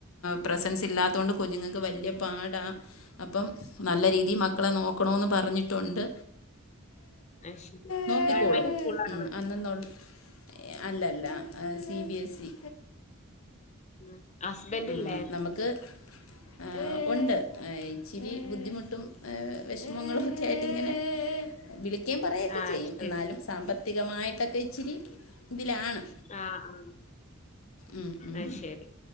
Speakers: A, on the left; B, on the left.
A: പ്രസൻസ് ഇല്ലാത്ത കൊണ്ട് കുഞ്ഞുങ്ങൾക്ക് വല്യ പാടാ അപ്പം നല്ല രീതി മക്കളെ നോക്കണോന്ന് പറഞ്ഞിട്ടുണ്ട്
B: അത് ശരി.
A: നോക്കിക്കോളും
B: ഗവൺമെന്റ് സ്കൂളിലാണോ
A: ഇന്ന് അന്നന്നൊള് അല്ലല്ല സി ബി എ സി
B: പഠിക്കുന്നത്? ഹസ്ബൻഡില്ലേ?
A: ഉം നമുക്ക് ഏഹ് ഉണ്ട് ഹൈ ഇച്ചിരി ബുദ്ധിമുട്ടും വിഷമങ്ങളും ഒക്കെ ആയിട്ട് ഇങ്ങനെ വിളിക്കുകയും പറയുകയൊക്കെ
B: ആഹ്
A: ചെയ്യും
B: അത് ശരി.
A: എന്നാലും സാമ്പത്തികമായിട്ടൊക്കെ ഇച്ചിരി ഇതിലാണ്
B: ആഹ് ആഹ്
A: ഉം ഉം
B: അയ് ശരി